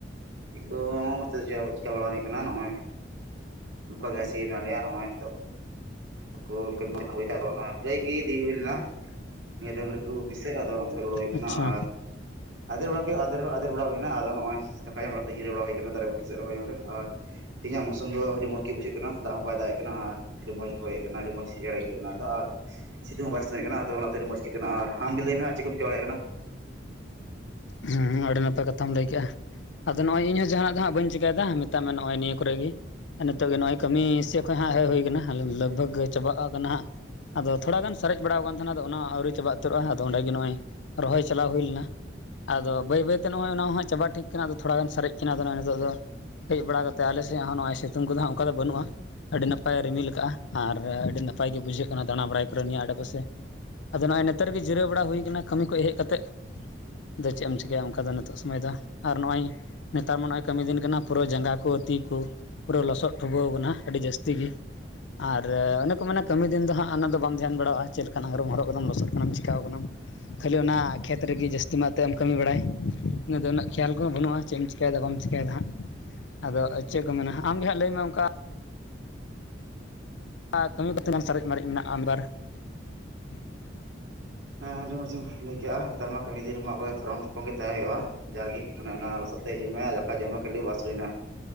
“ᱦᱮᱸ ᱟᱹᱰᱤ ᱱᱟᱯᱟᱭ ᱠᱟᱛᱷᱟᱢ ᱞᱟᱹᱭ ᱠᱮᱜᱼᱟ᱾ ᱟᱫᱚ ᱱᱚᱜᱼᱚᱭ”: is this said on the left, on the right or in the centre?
Left